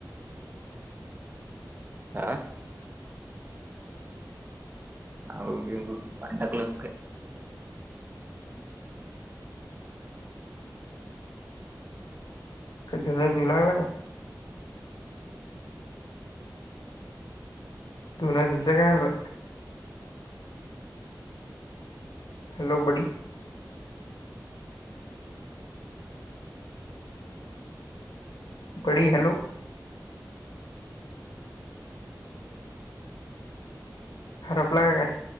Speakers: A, on the right (about 25°); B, on the left (about 80°).
A: हां अंगुळ बिंगुळ पाणी टाकलं कं काय
B: कं ढ दिलाय बघा न्हाय तुझ काय नाय हॅलो बडी बडी हॅलो हरपला का काय